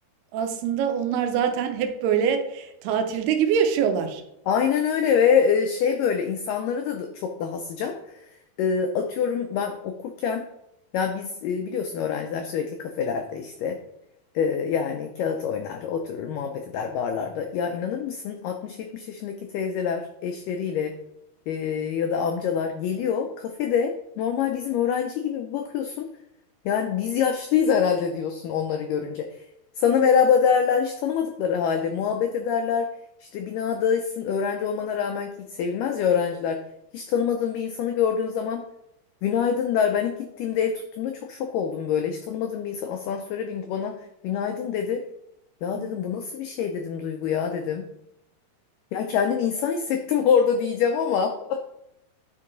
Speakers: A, on the right; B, on the left.
A: aslında onlar zaten hep böyle tatilde gibi yaşıyorlar.
B: aynen öyle ve e, şey böyle insanları da da çok daha sıcak. E, atıyorum ben okurken ya biz e, biliyorsun öğrenciler sürekli kafelerde işte e, yani kağıt oynar, oturur, muhabbet eder barlarda. Ya inanır mısın 60-70 yaşındaki teyzeler eşleriyle e, ya da amcalar geliyor kafede normal bizim öğrenci gibi bir bakıyorsun. Yani biz yaşlıyız herhalde diyorsun onları görünce. Sana merhaba derler, hiç tanımadıkları halde muhabbet ederler. İşte binadaysın öğrenci olmana rağmen ki hiç sevilmez ya öğrenciler. Hiç tanımadığın bir insanı gördüğün zaman günaydın der. Ben ilk gittiğimde ev tuttuğumda çok şok oldum böyle. Hiç tanımadığım bir insan asansöre bindi bana günaydın dedi. Ya
A: Hı hı.
B: dedim bu nasıl bir şey dedim Duygu ya dedim. Yani kendimi insan hissettim <laughs> orada diyeceğim ama